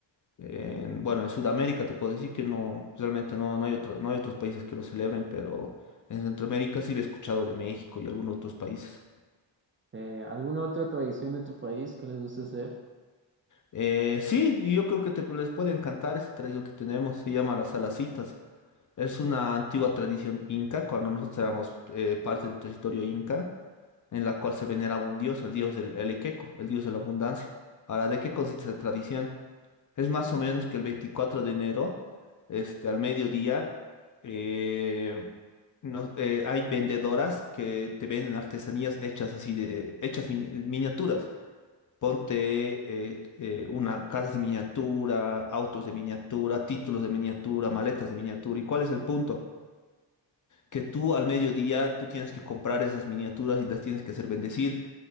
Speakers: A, on the left; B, on the right.
A: en, bueno, en Sudamérica te puedo decir que no, realmente no, no hay otro- no hay otros países que lo celebren, pero en Centroamérica sí había escuchado de México y algunos otros países.
B: Eh, ¿alguna otra tradición de tu país que les guste hacer?
A: Eh, sí, y yo creo que te, les puede encantar esta tradición que tenemos, se llama las salacitas. Es una antigua tradición inca, cuando nosotros éramos eh, parte del territorio inca, en la cual se veneraba un dios, el dios del el Equeco, el dios de la abundancia. Ahora, ¿de qué consiste esta tradición? Es más o menos que el 24 de enero, este, al mediodía, eh, nos- eh, hay vendedoras que te venden artesanías hechas así de, hechas mini- miniaturas. Ponte eh, eh, una casa de miniatura, autos de miniatura, títulos de miniatura, maletas de miniatura. ¿Y cuál es el punto? Que tú al mediodía tú tienes que comprar esas miniaturas y las tienes que hacer bendecir